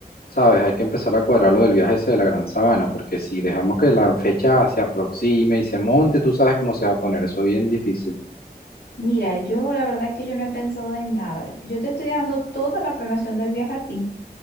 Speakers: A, on the left; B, on the left.
A: ¿Sabes? Hay que empezar a cuadrar lo del viaje ese de la Gran Sabana, porque si dejamos que la fecha se aproxime y se monte, tú sabes cómo se va a poner, eso es bien difícil.
B: Mira, yo la verdad es que yo no he pensado en nada. Yo te estoy dejando toda la planeación del viaje a ti.